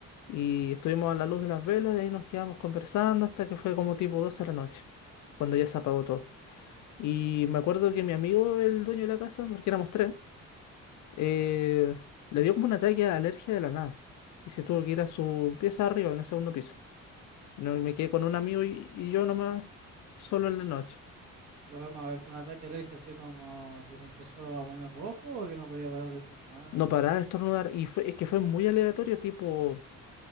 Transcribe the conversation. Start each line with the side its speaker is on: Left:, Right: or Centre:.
Left: Y estuvimos a la luz de las velas y ahí nos quedamos conversando hasta que fue como tipo 12 de la noche, cuando ya se apagó todo. Y me acuerdo que mi amigo, el dueño de la casa, porque éramos tres, eh, le dio como un ataque de alergia de la nada. Y se tuvo que ir a su pieza arriba, en el segundo piso. Y no- me quedé con un amigo y, y yo nomás, solo en la noche.
Right: Pero calma, a ver, un ataque alérgico así como que se empezó a poner rojo o que no podía parar de estornudar.
Left: no
Right: O...
Left: paraba de estornudar y fue, es que fue muy aleatorio, tipo,